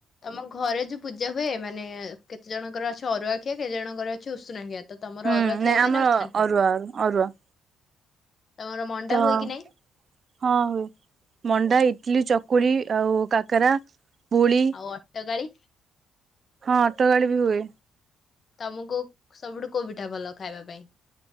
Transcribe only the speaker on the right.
ହୁଁ
ନାଇଁ
ଆମର
ଅରୁଆ ଅରୁଆ।
ତ
ହଁ
ହୁଏ ମଣ୍ଡା ଟିଲ, ଚକୁଳି ଆଉ, କାକରା ପୁଳି
ହଁ ଅଟୋ ଗାଡି ବି ହୁଏ।